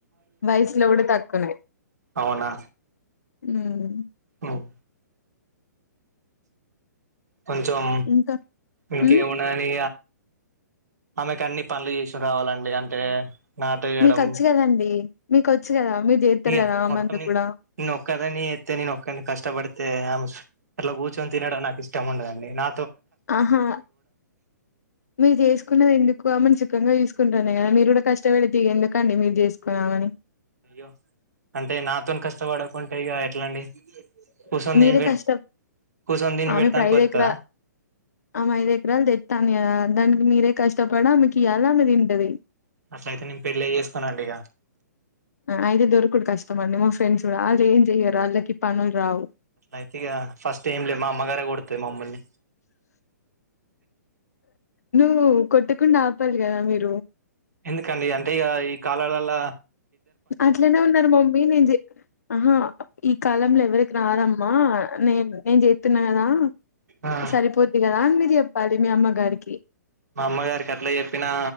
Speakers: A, on the left (about 60°); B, on the right (about 65°).
A: వయసులో కూడా తక్కువనే
B: అవునా
A: ఉమ్
B: ఉమ్. కొంచెం
A: ఇంకా
B: ఇంకేమున్నాయని
A: ఉమ్
B: ఆమెకు అన్ని పనులు చేసుడు రావాలండి అంటే నాటేయడం
A: మీకొచ్చు కదండి మీకు వచ్చు కదా మీరు చేస్తారు
B: ఇగ
A: కదా ఆమెందుకు
B: మొత్తం నేను
A: కూడా
B: నేను ఒకదాన్నే ఎత్తే నేను ఒకడిని కష్టపడి తే ఆమె అట్లా కూర్చొని తినడం నాకు ఇష్టం ఉండదండి నా
A: ఆహా మీరు చేసుకున్నది ఎందుకు ఆమెని సుఖంగా చూస్ కుంటోందిగ మీరు కూడా కష్టపడితే ఎందుకండి మీరు జేసుకొని ఆమెని
B: అయ్యో అంటే నాతో కష్టపడకుంటే ఇంక ఎట్లా అండి కూర్చొని
A: మీరే
B: తిని పె
A: కష్టం
B: కూర్చొని తిని
A: ఆమె
B: పెడతానికి
A: ఇప్పుడు ఐదు
B: వత్తదా
A: ఎకరా ఆమె ఐదు ఎకరాలు తెత్తాంది దానికి మీరే కష్ పడి అమెకి ఇయలి అది దింటది
B: అట్లయితే నేను పెళ్ళ చేసుకోనండి ఇగ
A: అయితే దొరకుడు కష్టమండి మా ఫ్రెండ్స్ కూడా ఆళ్ళు ఏం జేయ్యరు వాళ్ళకి పనులు రావు
B: అయితే ఇగ ఫస్ట్ ఏం లే మా అమ్మగారే గొడతది మమ్మల్ని
A: నువ్వు కొట్టకుండా ఆపాలి కదా మీరు
B: ఎందుకండి అంటే ఇగ ఈ కాలాల్లల
A: అట్లనే ఉన్నారు మమ్మీ నే చె ఆహా ఈ కాలంలో ఎవరికి రదమ్మా నేను నేను జేత్తున్నా కదా
B: ఆ
A: సరిపోద్ది కదా అని మీరు చెప్పాలి మీ అమ్మ గారికి
B: మా అమ్మగారికి ఎట్లా చెప్పినా